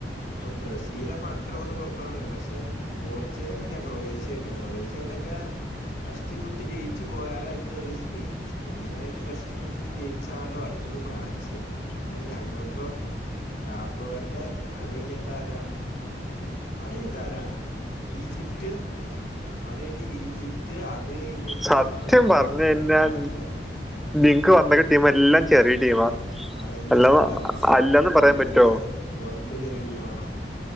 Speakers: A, on the left; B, in the centre.
A: അപ്പ ബ്രസീൽ <unintelligible> കഷ്ടിമുട്ടി ജയിച്ചു പോയാലട്ത്ത കളി സ്പെയ്ൻ സ്പെയിനായിട്ട് കഷ്ടിമുട്ടി ജയിച്ചാലോ അട്ത്തത് ഫ്രാൻസ്, പക്ഷെ ഞങ്ങൾക്കോ രാപ്പവര്ടെ അത് കഴിഞ്ഞിട്ടാരാ അത് കഞ്ഞിട്ടാരാ ഈജിപ്റ്റ് അത് കഴിഞ്ഞിട്ട് ഈജിപ്റ്റ് അത് കഴിഞ്ഞിട്ട്
B: സത്യം
A: ഞങ്ങൾക്ക്
B: പറഞ്ഞു കഴിഞ്ഞാൽ
A: കൊളംബിയ
B: നിങ്ങക്ക് വന്നക്കെ ടീം എല്ലാം ചെറിയ ടീമാ
A: അതെങ്ങനെ
B: അല്ലെന്ന്
A: ചെറുതാവണ സ
B: അല്ലെന്ന്
A: കൊളംമ്പിയ
B: പറയാൻ പറ്റുമോ
A: കൊളമ്പിയ ചെറിയ ട്ടീമാണോ?